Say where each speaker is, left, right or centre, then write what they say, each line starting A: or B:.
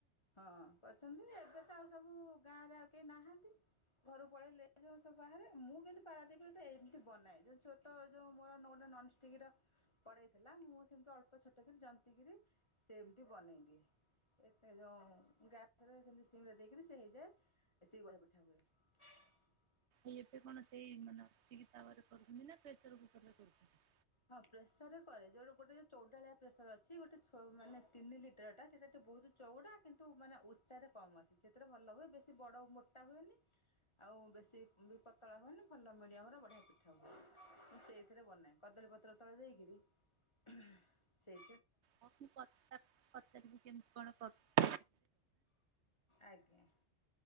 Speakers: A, on the left; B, on the right.
A: ହଁ କରିଚନ୍ତି ଏବେ ତ ଆଉ ସବୁ ଗାଁ ରେ ଆଉ କେହି ନାହାନ୍ତି। ଘରୁ ପଳେଇଲେ ଯୋଉ ସବୁ ବାହାରେ ମୁଁ କିନ୍ତୁ ପାରାଦ୍ବୀପରେ ତ ଏମତି ବନାଏ ଯୋଉ ଛୋଟ ଯୋଉ ମୋର <unintelligible> ନନଷ୍ଟିକର କଡେଇଥିଲା ମୁଁ ସେମିତି ଅଳ୍ପ ଛୋଟକରି ଜନ୍ତିିକିରି ସେମିତି ବନେଇ ଦିଏ। ଏତେ ଯୋଉ ଗ୍ୟାସରେ ସେମିତି ସିମରେ ଦେଇକିରି ସେ ହେଇଯାଏ ସେ ବଢିଆ ପିଠା ହୁଏ। <unintelligible>
B: ଏବେ କଣ ସେଇ ମାନେ ନନଷ୍ଟିକ ତାୱାରେ କରନ୍ତି ନା ପ୍ରେସର କୁକରରେ କରୁଚନ୍ତି।
A: ହଁ ପ୍ରେସରରେ କରେ ଯୋଉଟା ଗୋଟେ ଚଉଡାଳିଆ ପ୍ରେସର ଅଛି ଗୋଟେ ଛୋଟ ମାନେ ତିନି ଲିଟରଟା ସେ ସେଟୁ ବୋହୁତ ଚଉଡା କିନ୍ତୁ ମାନେ ଉଚ୍ଚାରେ କମ ଅଛି। ସେଥିରେ ଭଲ ହୁଏ ବେଶୀ ବଡ ମୋଟା ହୁଏନି। ଆଉ ବେଶୀ ବି ପତଳା ହୁଏନି ଭଲ ମିଡିୟମର ବଢିଆ ପିଠା ହୁଏ ମୁଁ ସେଇଥିରେ ବନାଏ। କଦଳୀପତ୍ର ତଳେ ଦେଇକିରି ଉଁ ହୁଁ ହୁଁ ସେଇ
B: ହୋଉ ମୁଁ ପଚା-ପଚାରିବି କେମତି କଣ କର
A: ଆଜ୍ଞା।